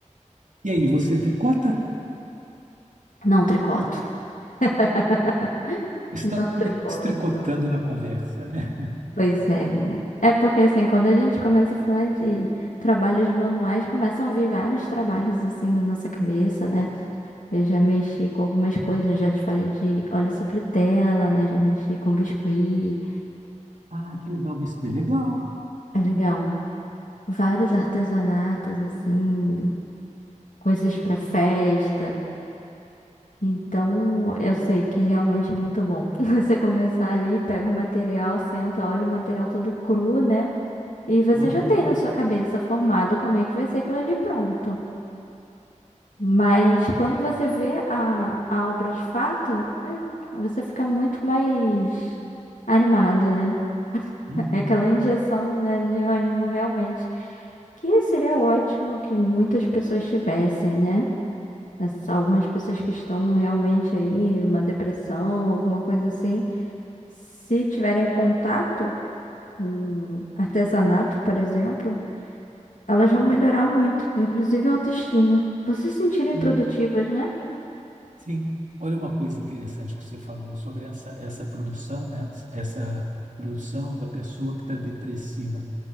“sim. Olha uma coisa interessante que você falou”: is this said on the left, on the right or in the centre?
Right